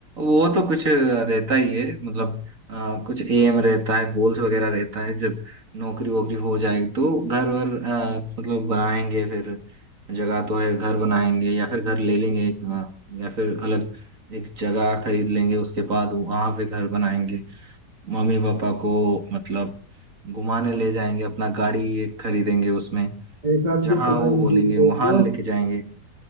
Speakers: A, on the right; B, on the right.
A: वो तो कुछ रहता ही है मतलब आ, कुछ एम रहता है गोल्स वगैरह रहता है जब नौकरी वोकरी हो जाएगी तो घर वर आ, मतलब बनाएंगे फिर जगह तो है घर बनाएंगे या फिर घर ले लेंगे एक आ, या फिर अलग एक जगह खरीद लेंगे उसके बाद वहां पे घर बनाएंगे मम्मी पापा को मतलब घुमाने ले जाएंगे अपना गाड़ी एक खरीदेंगे उसमें
B: एक आध
A: जहाँ
B: गिफ्ट
A: वो
B: भाई
A: बोलेंगे
B: मुझे भी
A: वहां
B: दे दियो
A: लेके जाएंगे